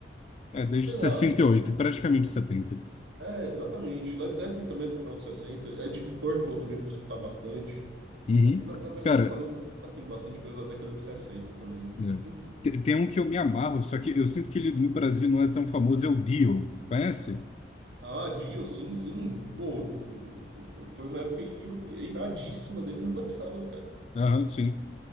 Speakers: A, on the left; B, on the right.
A: É, desde
B: sei lá.
A: 68, praticamente setenta
B: É, exatamente. Led Zeppelin também é do final de sessenta É, Deep Purple também fui escutar bastante.
A: Uhum.
B: É, Na, na verdade,
A: Cara,
B: para nos tem bastante coisa da década de 60 também, né?
A: É.
B: Enfim.
A: Te- Tem um que eu me amarro, só que eu sinto que ele no Brasil não é tão famoso, é o Dio. Conhece?
B: Ah, Dio, sim, sim. Pô, foi uma época ir- iradíssima dele no Black Sabbath, cara.
A: Aham, sim.